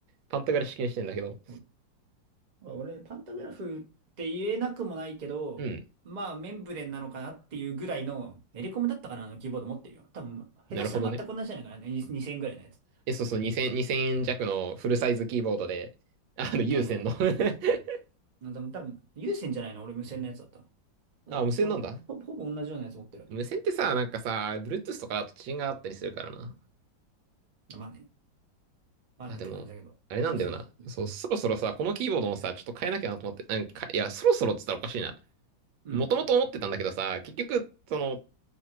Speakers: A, on the right; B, on the right.
A: パンタグラ式にしてんだけど。
B: うん俺、パンタグラフって言えなくもないけど、
A: うん。
B: まあ、メンブレンなのかなっていうぐらいの、エレコムだったかな、あのキーボード持ってるよ。多分、下手したら全く同じじゃないかな、
A: なるほどね。
B: ね、2000ぐらいのやつ。
A: え、そうそう、2000、円弱のフルサイズキーボードで、
B: う
A: あの、有線の
B: んあ、そうそう。
A: <laughs>
B: な多分、多分、有線じゃないの、俺無線のやつだったの。ほんとまあ、
A: あ、無線なんだ。
B: ほぼ、ほぼ同じようなやつ持ってると思う。
A: 無線ってさ、なんかさ、Bluetooth
B: うん
A: とかだと遅延があったりするからな。
B: まあね、まあねって感じだけど、
A: あ、でも、あれなんだよな。
B: めんどくせえじゃん、有線。
A: そう、そろそろさ、このキーボードもさ、ちょっと変えなきゃなと思って、なんか、いや、そろそろって言ったらおかしいな。
B: うん
A: もともと思ってたんだけどさ、結局、その、